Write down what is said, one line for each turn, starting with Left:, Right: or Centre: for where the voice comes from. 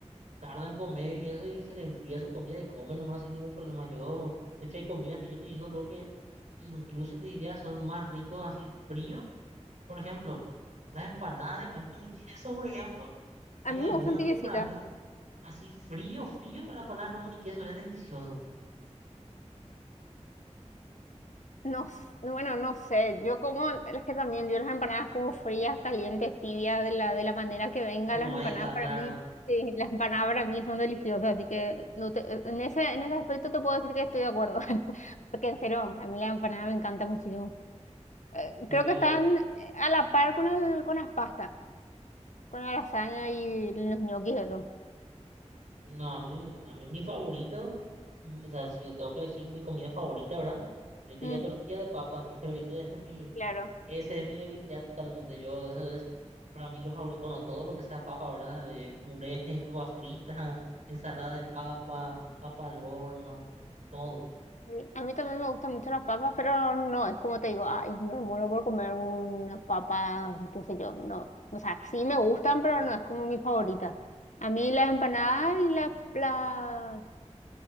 Right: tarda en comer y eso y se le enfría su comida y come nomás sin ningún problema. Yo, de hecho, hay comidas que yo te digo luego que incluso te diría son más ricos así frío. Por ejemplo, las empanadas de jamón y <laughs> queso, por ejemplo, hay
Left: A mí
Right: algunas
Left: me gustan tibiecitas.
Right: que para mí así frío, frío, la empanada de jamón y queso es delicioso.
Left: No, s- bueno, no sé, yo como, es que también yo las empanadas como frías, calientes, tibias, de la, de la manera que venga
Right: Como
Left: las empanadas
Right: venga,
Left: para
Right: claro.
Left: mí, sí, las empanadas para mí son deliciosas, así que no te, e, en ese, en ese aspecto te puedo decir que estoy de acuerdo, <laughs> porque en serio, a mí la empanada me encanta muchísimo. Eh,
Right: Y
Left: creo
Right: yo,
Left: que están eh, a la par con el, con las pastas, con la lasaña y los ñoquis y eso.
Right: no, a mí, a mí mi favorito, mm, o sea, si yo tengo que elegir mi comida favorita, ¿verdad? Yo te
Left: Mm,
Right: diría tortilla de papa, que <laughs> ese es mi
Left: claro.
Right: Esa es mi debilidad totalmente. Yo, eso es para mí lo favorito. Bueno, todo lo que sea papa, ¿verdad? De puré, <laughs> papa frita, ensalada de papa, papa al horno, todo.
Left: Sí, A mí también me gustan mucho las papas, pero no, es como te digo, ay, me muero por comer unas papas, qué sé yo, no, o sea, sí me gustan, pero no es como mi favorita. A mí las empanadas y las, las,